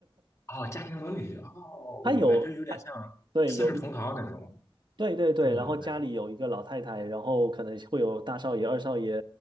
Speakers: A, on the left; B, on the right.
A: 哦，家庭伦理。哦，
B: <laughs> 它有它对有一
A: 我明白，就有点像《四世同堂》那种
B: 对对对，
A: 中国的那种。
B: 然后家里有一个老太太，然后可能会有大少爷、二少爷，